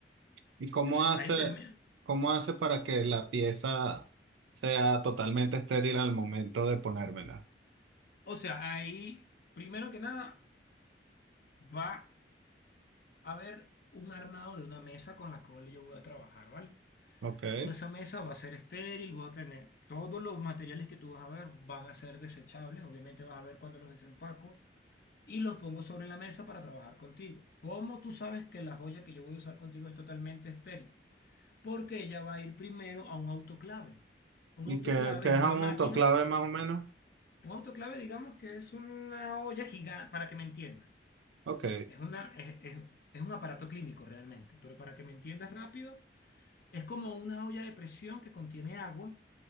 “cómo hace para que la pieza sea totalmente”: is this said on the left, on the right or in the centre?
Right